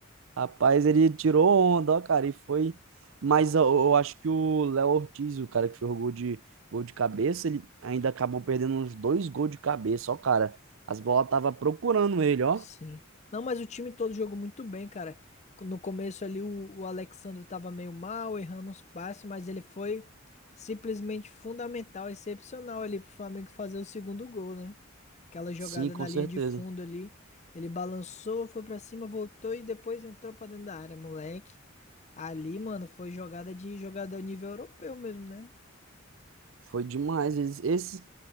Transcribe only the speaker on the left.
Sim. Não, mas o time todo jogou muito bem, cara. No começo ali o, o Alexandre tava meio mal, errando uns passes, mas ele foi simplesmente fundamental, excepcional ali pro Flamengo fazer o segundo gol, né? Aquela jogada
na
linha de fundo ali, ele balançou, foi pra cima, voltou e depois entrou pra dentro da área, moleque. Ali, mano, foi jogada de jogador nível europeu mesmo, né?